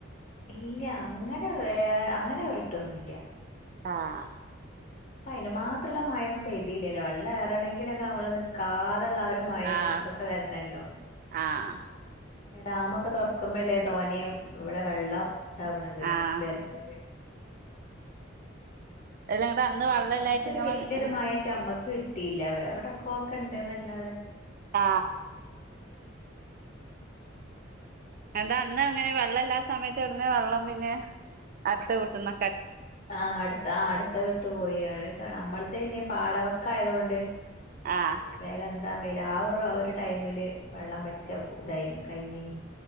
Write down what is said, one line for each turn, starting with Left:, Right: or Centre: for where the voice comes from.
Left: ഇല്ല അങ്ങനെ ഏ അങ്ങനെ ഏറീട്ടൊന്നുംല്ല
Right: ആഹ്
Left: പ്പൊ അയിന് മാത്രമുള്ള മഴൊന്നും പെയ്തീല്ലല്ലേ വെള്ള ഏറണങ്കിലൊക്കെ നമ്മളൊന്ന് കാതെള്ള ആ ഒരു മഴയും
Right: ആഹ്
Left: അതൊക്കെ വരണല്ലോ
Right: ആഹ്
Left: ഡാമൊക്കെ തുറക്കുമ്പൊല്ലേ തോനെയും ഇവിടെ വെള്ളം ഇതാവണത്
Right: ആഹ്
Left: വരണത്
Right: എല്ല ആടെ അന്ന് വെള്ളല്ലായിട്ട്
Left: അങ്ങനത്തൊരു
Right: ഇങ്ങള്
Left: വല്യൊരു
Right: എ-
Left: മഴായിട്ട് നമ്മക്ക് കിട്ടിയില്ല വേറെടക്കൊക്ക് ഇണ്ട്ന്നല്ലാതെ
Right: ആ എന്താ അന്ന് ങ്ങനെ വെള്ളം എല്ലാ സമയത്ത്ടന്ന് വെള്ളം പിന്നെ അടുത്ത് കുട്ടുന്ന
Left: ആ അട്ത്ത ആ അട്ത്ത വീട്ട് പോയി <unintelligible> യാണ്നമ്മളത തെയിനി പാടവക്കായതോണ്ട്
Right: ആഹ്
Left: വേഗന്താ നിലാവ് ആ ഒരു ടൈമില് വെള്ളം പറ്റെ പു തൈനി കഴിഞ്ഞീനി